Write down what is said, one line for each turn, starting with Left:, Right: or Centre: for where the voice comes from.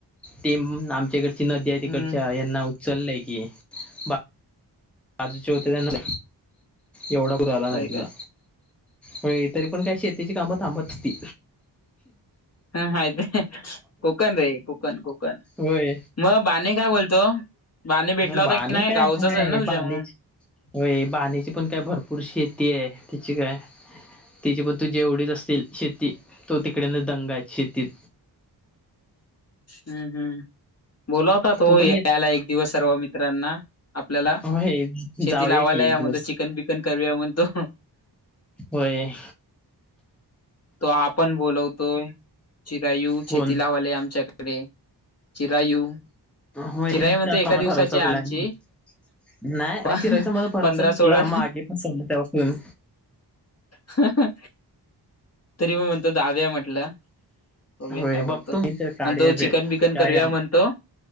Centre: ते आमच्याकडची नदी आहे तिकडच्या
Left: हम्म
Centre: यांना उचललंय की बा <inaudible> त्यांना एवढा पूर आला
Left: होय
Centre: नदि
Left: काय
Centre: ला होय तरी पण काय शेतीची कामं थांबतती
Left: हात कोकन रे कोकन कोकन
Centre: होय
Left: मग बाने काय बोलतो? बाने भेटला होता
Centre: बाणे
Left: की नाही
Centre: काय
Left: गावचाच
Centre: काय
Left: आहे ना तुझ्या
Centre: बाणी
Left: म्हणून
Centre: होय बाणीची पण काय भरपूर शीेत ती आहे त चिक आहे तिची पण तू जेवढीच असल शेती तो तिकडेन दंग आहे शेतीत
Left: हम्म हम्म बोलावता तोयला
Centre: तो पण येत
Left: एक दिवस सर्व मित्रांना आपल्याला
Centre: होय
Left: शेती
Centre: जाऊया
Left: लावायला
Centre: की
Left: या
Centre: एक दिवस
Left: म्हणतो चिकन बिकन करूया म्हणतो
Centre: होय
Left: तो आपण बोलवतोय चिरायू
Centre: कोण
Left: शेतीलावाले आमच्याकडे इकडे चिरायू
Centre: हो
Left: चिराई
Centre: त्याचा
Left: म्हणतो एका दिवसाची
Centre: भरवसा आहे
Left: आमची
Centre: तुला मग नाय अरे
Left: प-
Centre: चिरईचा माझा भरवसा
Left: पंधरा
Centre: तूटला
Left: सोळा
Centre: मागे फसवलं त्यापासन
Left: ह, ह तरी ओ म्हणत दाव्या म्हटलं बघूया
Centre: होय
Left: काय बोलतो
Centre: बघतो मी तर काढया
Left: म्हणतो चिकन
Centre: वेळ
Left: बिकन
Centre: काय
Left: करूया म्हणतो